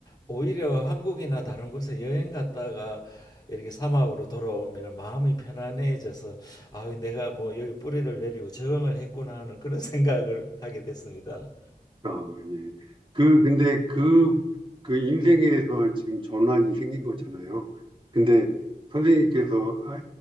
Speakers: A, on the left; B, on the right.
A: 오히려 한국이나 다른 곳에 여행 갔다가 이렇게 사막으로 돌아오면 마음이 편안해져서 아 내가 뭐 여기 뿌리를 내리고 적응을 했구나 하는 그런 <laughs> 생각을 하게 됐습니다.
B: 어, 예. 그, 근데 그, 그 인생에서 지금 전환이 생긴 거잖아요. 근데 선생님께서, 아,